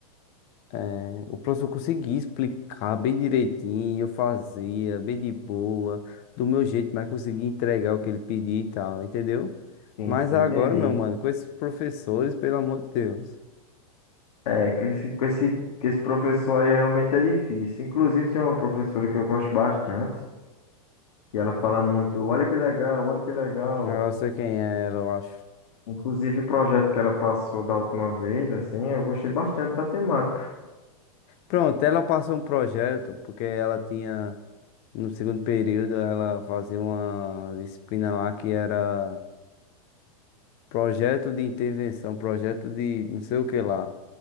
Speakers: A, on the left; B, on the left.
A: é, o professor conseguia explicar bem direitinho, eu fazia bem de boa, do meu jeito, mas conseguia entregar o que ele pedia e tal, entendeu?
B: Sim,
A: Mas
B: sim,
A: agora,
B: entendi.
A: meu mano, com esses professores, pelo amor de Deus,
B: É, com esse, com esse, com esse professor aí realmente é difícil. Inclusive, tem uma professora que eu gosto bastante, que ela fala muito, olha que legal, olha que legal.
A: eu sei quem era, eu acho.
B: Inclusive, o projeto que ela passou da última vez, assim, eu gostei bastante da temática.
A: Pronto, ela passou um projeto, porque ela tinha, no segundo período, ela fazia uma disciplina lá que era. projeto de intervenção, projeto de não sei o que lá.